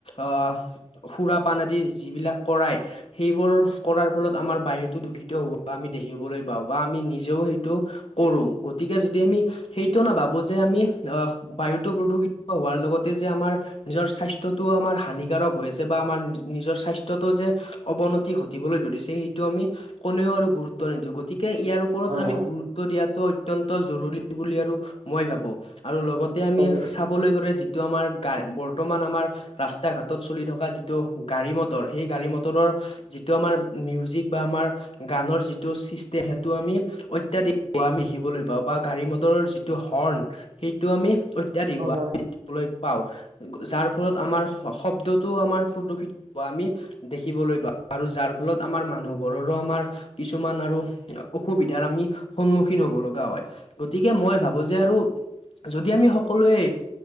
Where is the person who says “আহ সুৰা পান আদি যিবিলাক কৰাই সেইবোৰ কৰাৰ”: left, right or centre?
Left